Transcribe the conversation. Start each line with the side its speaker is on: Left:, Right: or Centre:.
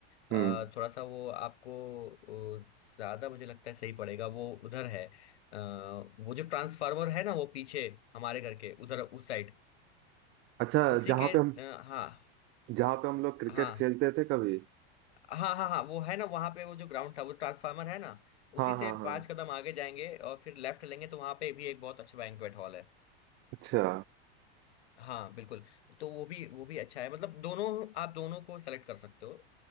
Left: अ,
Right: हम्म
Left: थोड़ा सा वो आपको अ, ज्यादा मुझे लगता है सही पड़ेगा वो उधर है अ, वो जो ट्रांसफार्मर है ना वो पीछे हमारे घर के उधर उस साइड
Right: अच्छा
Left: उसी
Right: जहाँ
Left: के अ,
Right: पे हम
Left: हाँ
Right: जहाँ पे हम लोग क्रिकेट
Left: हाँ
Right: खेलते थे कभी
Left: हाँ हाँ हाँ वो है ना वहां पे वो जो ग्राउंड था वो ट्रांसफार्मर है ना
Right: हाँ
Left: उसी से
Right: हाँ हाँ
Left: पांच कदम आगे जाएंगे और फिर लेफ्ट लेंगे तो वहां पे भी एक बहुत अच्छा बैंक्वेट हॉल है
Right: अच्छा
Left: हाँ बिल्कुल तो वो भी वो भी अच्छा है मतलब दोनों आप दोनों को सेलेक्ट कर सकते हो